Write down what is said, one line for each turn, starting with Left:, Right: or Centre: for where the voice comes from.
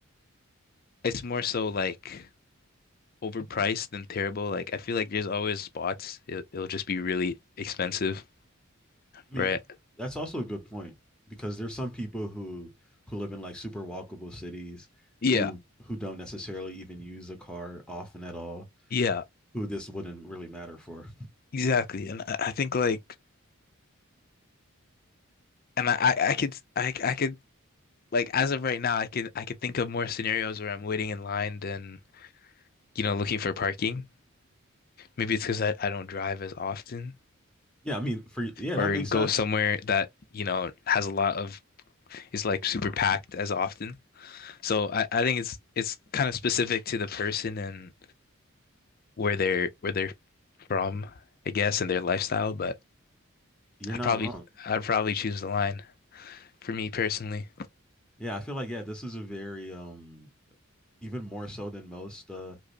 Left: it's more so like overpriced than terrible. Like, I feel like there's always spots, it, it'll just be really expensive,
Centre: I
Left: right?
Centre: mean, that's also a good point because there's some people who who live in like super walkable cities
Left: Yeah,
Centre: who who don't necessarily even use a car often at all,
Left: yeah,
Centre: who this wouldn't really matter for.
Left: exactly. And I, I think like, and I, I I could, I, I could like as of right now, I could, I could think of more scenarios where I'm waiting in line than, you know, looking for parking. Maybe it's because I, I don't drive as often.
Centre: Yeah, I mean, for yeah,
Left: or
Centre: that makes
Left: go
Centre: sense.
Left: somewhere that, you know, has a lot of is like super packed as often. So I, I think it's it's kind of specific to the person and where they're where they're from, I guess, and their lifestyle, but
Centre: You're
Left: I'd
Centre: not
Left: probably
Centre: wrong.
Left: I'd probably choose the line for me personally.
Centre: Yeah, I feel like yeah, this is a very um even more so than most uh,